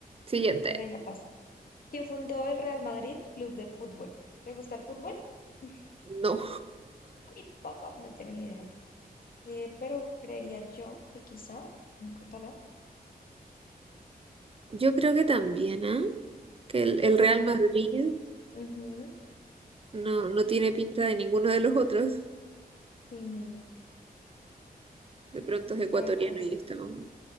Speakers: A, on the right; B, on the left.
A: Siguiente.
B: Desde ahí ya pasa. ¿Quién fundó el Real Madrid Club de Fútbol? ¿Te gusta el fútbol? <laughs>
A: No.
B: A mí tampoco, no tengo ni idea. Eh, pero creería yo que quizá en catalán,
A: <laughs> Yo creo que también, ¿ah? Que el,
B: pues
A: el
B: de
A: Real
B: pronto.
A: Madrid
B: Ujú.
A: no, no
B: Mm,
A: tiene pinta de ninguno de los otros.
B: Sí, no.
A: De pronto
B: Vamos
A: es ecuatoriano
B: a ver cuál es.
A: y estamos.